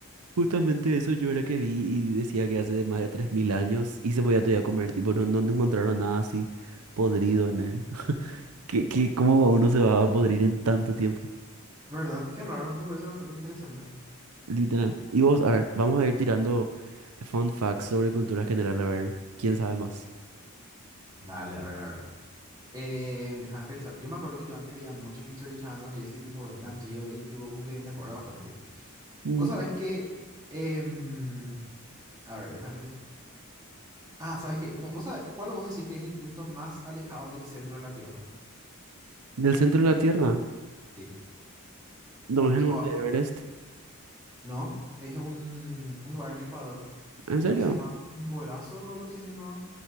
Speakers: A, on the right; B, on the right.
A: Justamente eso yo era que vi y decía que hace de más de 3.000 años y se podía todavía comer, tipo, no, no encontraron nada así podrido en él. <laughs> ¿Qué, qué, cómo uno se va a podrir en tanto tiempo?
B: ¿Verdad? Qué raro, me parece bastante interesante.
A: Literal. Y vos, a ver, vamos a ir tirando fun facts sobre cultura general, a ver, ¿quién sabe más?
B: Dale, a ver, a ver, a ver. Eh, déjame pensar. Yo me acuerdo que yo antes veía muchos History Channel y ese tipo, Nat Geo, y tipo como que me acuerdo bastante. ahí.
A: Mm,
B: Vos sabés que... em, a ver, déjame pensar. Ah, ¿sabes qué? Me- ¿Vos sabés cuál vos decís que es el punto más alejado del centro de la Tierra?
A: ¿Del centro de la Tierra?
B: Sí.
A: ¿No es
B: Tipo,
A: el monte Everest?
B: No, es un, un lugar en Ecuador.
A: ¿En
B: Creo
A: serio?
B: que se llamaba Chimborazo o algo así se llamaba.